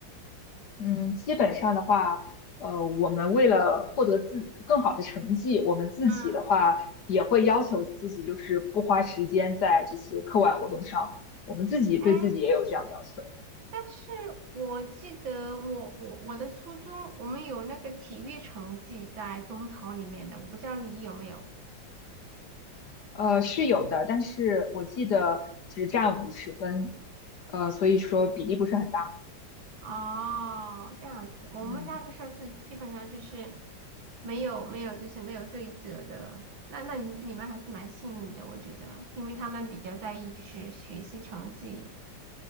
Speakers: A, on the left; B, on the right.
A: 嗯，基本上的话，呃，我们为了获得自更好的成绩，我们自己的话也会要求自己，
B: 嗯，
A: 就是不花时间在这些课外活动上，我们自己对自己也有这样的要求。
B: 哎，但是我记得我我我的初中，我们有那个体育成绩在中考里面的，我不知道你有没有。
A: 呃，是有的，但是我记得只占五十分，呃，所以说比例不是很大。
B: 哦，这样子，我们那个时候是基本上就是
A: 嗯
B: 没有没有就是没有对折的，那那你你们还是蛮幸运的，我觉得，因为他们比较在意就是学习成绩